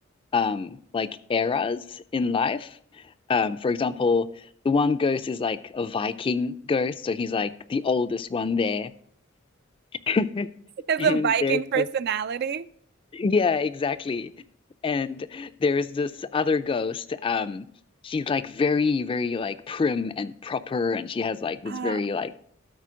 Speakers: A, on the left; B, on the right.
A: um like eras in life. Um, for example, the one ghost is like a Viking ghost, so he's like the oldest one there. <laughs>
B: Is
A: And
B: a Viking
A: there's
B: personality.
A: this, yeah, exactly. And there's this other ghost. Um, she's like very, very like prim and proper, and she has like this
B: Uh,
A: very like